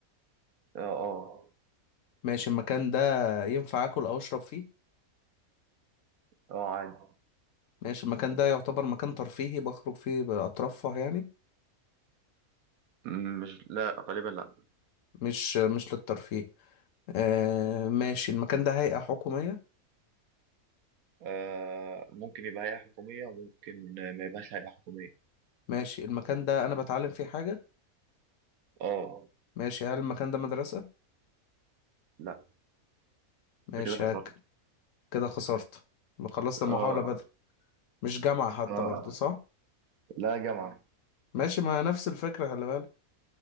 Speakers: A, on the right (about 75°); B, on the left (about 70°).
A: آه آه
B: ماشي المكان ده ينفع اكل او اشرب فيه
A: آه عادي
B: ماشي المكان ده يعتبر مكان ترفيهي بخرج فيه اترفه يعني
A: م- مش لا غالبا لا
B: مش مش للترفيه آه ماشي المكان ده هيئة حكومية
A: آه ممكن يبقى هيئة حكومية وممكن ما يبقاش هيئة حكومية
B: ماشي المكان ده أنا بتعلم فيه حاجة
A: آه
B: ماشي هل المكان ده مدرسة
A: لا
B: ماشي
A: أنت كده
B: هك
A: خسرت
B: كده خسرت ما خلصت المحاولة
A: آه
B: بدري مش جامعة حتى
A: آه
B: برضو صح
A: لا يا جماعة
B: ماشي ما نفس الفكرة خلي بالك